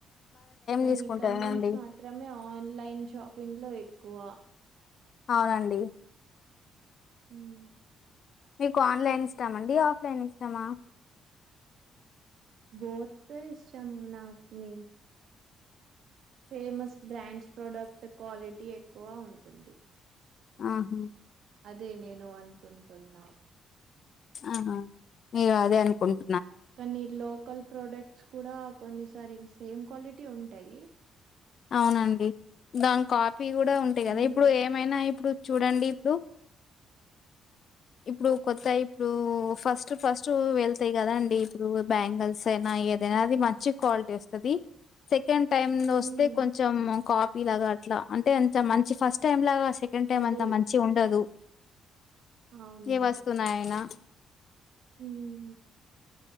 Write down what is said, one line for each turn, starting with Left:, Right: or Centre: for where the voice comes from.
Right: కానీ
Left: తీసుకుంటారండి
Right: కన్వెన్స్ మాత్రమే ఆన్లైన్ షాపింగ్ లో ఎక్కువ
Left: అవునండి
Right: మ్మ్
Left: మీకు ఆన్లైన్ ఇస్తామండి ఆఫ్లైన్ ఇస్తామా
Right: బోత్ ఇష్టం నాకు మీ ఫేమస్ బ్రాండ్స్ ప్రోడక్ట్ క్వాలిటీ ఎక్కువ ఉంటుంది
Left: ఆహా
Right: అదే నేను అనుకుంటున్నావు
Left: ఆ ఆ మీరు అదే అనుకంట
Right: కానీ లోకల్ ప్రొడక్ట్స్ కూడా కొన్నిసారి సేమ్ క్వాలిటీ ఉంటాయి
Left: అవునండి దానికి కాపీ కూడా ఉంటాయి కదా
Right: ఉమ్
Left: ఇప్పుడు ఏమైనా ఇప్పుడు చూడండి ఇప్పుడు ఇప్పుడు కొత్త ఇప్పుడు ఫస్ట్ ఫస్ట్ వెళ్తాయి కదా అండి ఇప్పుడు బ్యాంగిల్స్ అయినా ఏదైనా అది మంచి క్వాలిటీ వస్తది సెకండ్ టైమ్ వస్తే
Right: ఉమ్
Left: కొంచెం కాపీ లాగా అట్లా అంటే అంత మంచి ఫస్ట్ టైం లాగా సెకండ్ టైం
Right: అదే
Left: అంత మంచిగా ఉండదు
Right: అవును
Left: ఏ వస్తున్నాయనా
Right: ఉమ్